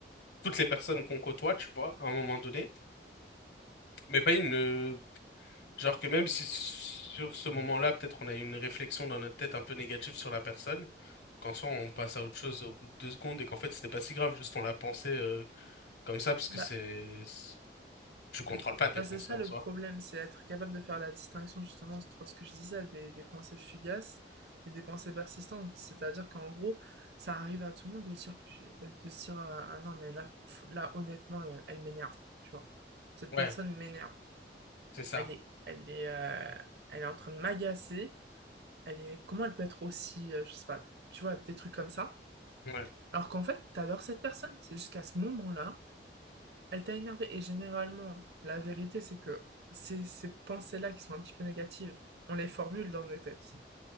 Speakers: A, on the left (about 75°); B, on the right (about 70°).
A: toutes les personnes qu'on côtoie, tu vois, à un moment donné, mais pas une Genre que même si sur ce moment-là, peut-être on a eu une réflexion dans notre tête un peu négative sur la personne, qu'en soi on passe à autre chose au bout de deux secondes et qu'en fait c'était pas si grave, juste on l'a pensé euh, comme ça parce que
B: Bah,
A: c'est... c'est- Tu contrôles pas tes
B: bah,
A: pensées
B: c'est ça
A: en
B: le
A: soi.
B: problème, c'est être capable de faire la distinction, justement, entre ce que je disais, des, des pensées fugaces et des pensées persistantes. C'est-à-dire qu'en gros, ça arrive à tout le monde de dire, pu- euh, de se dire, euh, ah non, mais là, pff, là, honnêtement, euh, elle m'énerve, tu vois. Cette
A: Ouais,
B: personne m'énerve.
A: c'est ça.
B: Elle est, elle est, euh, elle est en train de m'agacer. Elle est, comment elle peut être aussi, euh, je sais pas, tu vois, des trucs comme ça.
A: Ouais.
B: Alors qu'en fait, t'adores cette personne. C'est jusqu'à ce moment-là, elle t'a énervé. Et généralement, la vérité, c'est que c'est ces pensées-là qui sont un petit peu négatives, on les formule dans nos têtes.